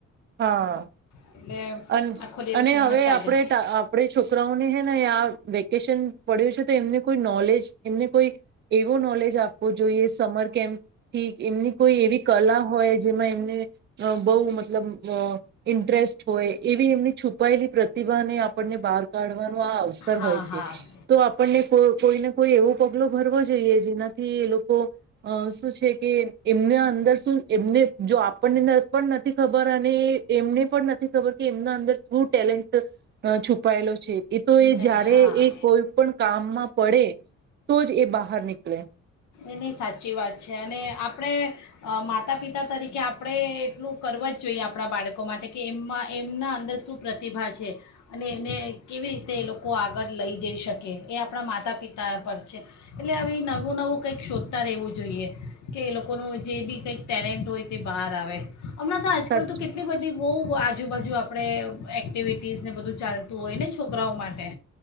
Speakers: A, on the right; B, on the left.
A: હા.
B: એટલે
A: અન
B: આખો દિવસ
A: અને
B: એમ
A: હવે
B: જ ચાલે
A: આપણે આપણે છોકરાઓને, હે ને, યા વેકેશન પડ્યું છે, તો એમને કોઈ નોલેજ... એમને કોઈ એવો નોલેજ... આપવું જોઈએ. સમર કેમ્પથી, એમની કોઈ એવી કલા હોય, જેમાં એમને... હમ્મ બો મતલબ અ ઇન્ટરેસ્ટ... હોય, એવી એમની છુપાયેલી પ્રતિભાને, આપણને બહાર કાઢવા આ અવસર
B: હા
A: હોય છે,
B: હા
A: તો આપણને કોઈને કોઈ એવો પગલો ભરવો જોઈએ, જેનાથી એ લોકો અ શું છે કે એમના અંદર શું, એમને જો આપણને પણ નથી ખબર, અને એમને પણ નથી ખબર કે એમના અંદર શું ટેલેન્ટ છુપાયેલો છે એ તો એ
B: ને
A: જયારે
B: હા
A: એ કોઈ પણ કામમાં પડે, તો જ એ બહાર નીકળે <unintelligible> <inaudible>
B: એની સાચી વાત છે, અને આપણે માતા-પિતા તરીકે, આપણે એટલું કરવું જ જોઈએ આપણા બાળકો માટે કે એમમાં એમના અંદર શું પ્રતિભા છે, અને એને કેવી રીતે એ લોકો આગળ લઈ જઈ શકે, એ આપણા માતા-પિતા પર છે એટલે આવી નવું-નવું કંઈક શોધતા રહેવું જોઈએ, કે એ લોકોનું જે બી કંઈક ટેલેન્ટ હોય, તે બહાર આવે હમણાં તો, આજકાલ
A: સાચું
B: તો, કેટલી બધી બો આજુબાજુ, આપણે એક્ટિવિટીઝ ને બધું ચાલતું હોય ને છોકરાઓ માટે